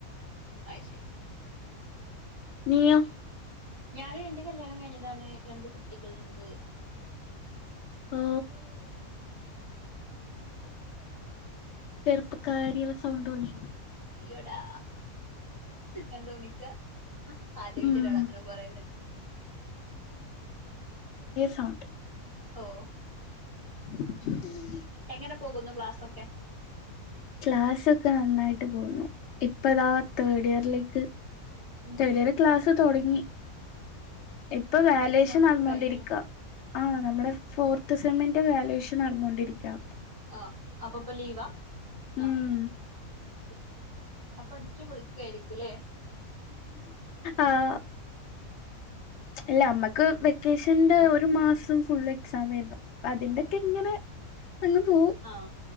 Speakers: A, on the right (about 25°); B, on the left (about 60°).
A: അയ്ശ
B: നീയോ
A: ഞാന് എൻ്റെ കല്യാണം കഴിഞ്ഞതാണ് രണ്ട് കുട്ടികളുണ്ട്
B: ഓ ഇപ്പൊ കാര്യയിലെ സൗണ്ടോയി
A: അയ്യോടാ എന്തോ നിക്ക ആദ്യായിട്ടാ
B: ഉം
A: ഒരാളങ്ങനെ പറയ്ന്നെ
B: ണ്ട്
A: ഓ
B: <unintelligible>
A: എങ്ങനെ പോകുന്നു ക്ലാസ്സൊക്കെ
B: ക്ലാസ്സൊക്കെ നന്നായിട്ട് പോകുന്നു ഇപ്പതാ തേർഡ് ഇയറിലേക്ക്
A: ഉം
B: തേഡ് ഇയർ ക്ലാസ് തൊടങ്ങി ഇപ്പൊ വാലേഷൻ
A: എക്സാം
B: നടന്നോണ്ടിരിക്ക
A: ഒക്കെ കഴിഞ്ഞു
B: ആ നമ്മളെ ഫോർ ത്ത്സെമ്മിൻ്റെ വാലേഷൻ നടന്നോണ്ടിരിക്കാ
A: ആഹ് അപ്പൊ ഇപ്പം ലീവാ
B: ഉം
A: ആ ശെ അപ്പൊ അടിച്ചു പൊളിക്കായിരിക്കുല്ലേ
B: ആഹ ഇല്ല നമ്മക്ക് വെക്കേഷന്റെ ഒരു മാസം ഫുൾ എക്സാം ആരുന്നു അതിന്റയ് ഇങ്ങനെ- അങ്ങ് പോവും
A: ആഹ